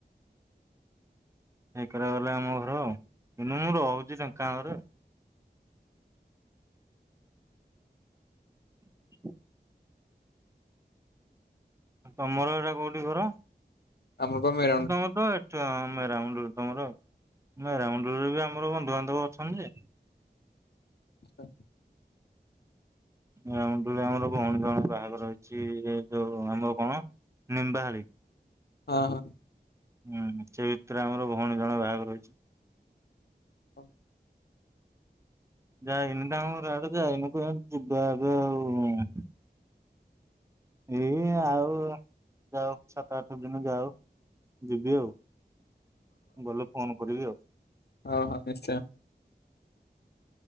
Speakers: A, on the right; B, on the left.
A: ଢେଙ୍କାନାଳରେ ଆମ ଘର ଆଉ କିନ୍ତୁ ମୁଁ ରହୁଛି ଢେଙ୍କାନାଳରେ <inaudible> ଆଉ ତମର ଏଇଟା କୋଉଠି ଘର?
B: ଆମେ ପା ମେ
A: ତମ ତ ଏ ଚ ମେରାମୁଣ୍ଡୁଳି ତମର ମେରାମୁଣ୍ଡୁଳିରେ ବି ଆମର ବନ୍ଧୁବାନ୍ଧବ ଅଛନ୍ତି ଯେ
B: ଆଚ୍ଛା।
A: ମେରାମୁଣ୍ଡୁଳି ଆମର ଭଉଣୀ ଜଣେ ବାହାଘର ଅଛି ଏ ଯୋଉ ଆମର କଣ ନିମ୍ବାହାଳି
B: ହଁ ହଁ।
A: ହୁଁ ସେ ଭିତରେ ଆମର ଭଉଣୀ ଜଣେ ବାହାଘର ହେଇଛି।
B: ହଁ।
A: ଯାଇନି ମୁଁ ତାଙ୍କ ଘର ଆଡେ ଯାଇନି କ ଯିବା ଏବେ ଆଉ ଏଇ ଆଉ ଯାଉ ସାତ ଆଠ ଦିନ ଯାଉ ଯିବି ଆଉ ଗଲେ ଫୋନ କରିବି ଆଉ
B: ହଁ ହଁ ନିଶ୍ଚୟ